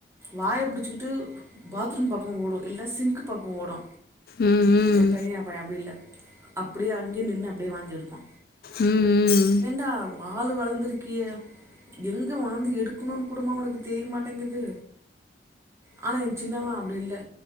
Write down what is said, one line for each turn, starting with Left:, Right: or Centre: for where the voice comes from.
Right: வாய புடிச்சுகிட்டு பாத்ரூம் பக்கோ ஓடு இல்ல சிங்க் பக்கோ ஓடு
Left: உம் உம்
Right: எ பெரிய பைய அப்டி இல்ல அப்டியே அங்கியே நின்னு அப்டியே வாந்தியெடுப்பா
Left: ம்
Right: என்டா ஆளு வளந்துருக்கியே எங்க வாந்தி எடுக்கணுன்னு கூடுமா உனக்கு தெரியமாட்டேங்குது, ஆனா எ சின்னவ அப்டில்ல,